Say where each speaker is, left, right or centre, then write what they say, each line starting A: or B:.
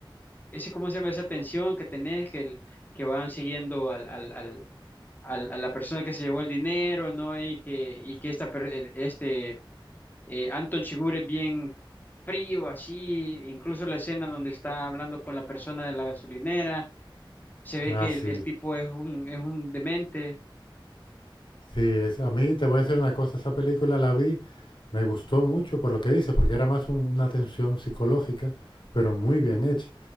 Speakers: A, on the left; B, on the left.
A: ese, ¿cómo se llama? Esa tensión que tenés, que, el- que van siguiendo al, al, al, al- a la persona que se llevó el dinero, ¿no? Y que, y que esta, per- el- este, eh, Anton Chigurh es bien frío, así, incluso la escena donde está hablando con la persona de la gasolinera se ve
B: Ah,
A: que
B: sí.
A: el, el tipo es un, es un demente.
B: Sí, es, a mí te voy a decir una cosa, esa película la vi, me gustó mucho por lo que dice, porque era más un- una tensión psicológica, pero muy bien
A: Ujú.
B: hecha.